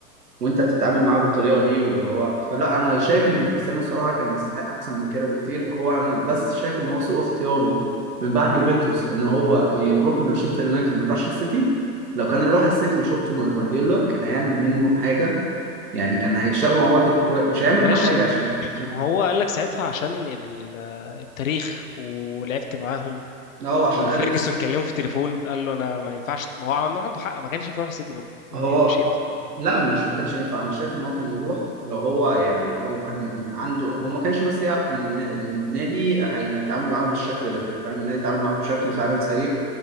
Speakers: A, on the right; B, on the left.
A: وانت تتعامل معاه بالطريقه دي واللي هو فلا انا شايف ان كريستيانو الصراحه كان يستحق احسن من كده بكتير هو انا بس شايف ان هو سوء اختياره من بعد يوفنتوس ان هو يروح مانشستر يونايتد ما يروحش السيتي لو كان راح السيتي وشفته مع جوارديولا كان هيعمل منه حاجه يعني كان هيشتغلوا مع بعض كوي... مش هيعمل
B: طب ماشي
A: منه حاجه عشان عشان
B: ما هو قال لك ساعتها عشان ال- التاريخ ولعبت معاهم
A: لا هو عشان
B: وفيرجسون
A: اليكس
B: كلمه في التليفون قال له انا ما ينفعش ما هو عنده عنده حق ما كانش ينفع يروح السيتي برضه ما
A: هو
B: هو يعني مش هينفع
A: لا مش ما كانش ينفع انا شايف ان هو كان يروح لو هو يعني لو كان عنده هو ما كانش بس يعرف ان الن- إن النادي هيتعامل معاه بالشكل ده فاهم النادي اتعامل معاه بشكل فعلا سيء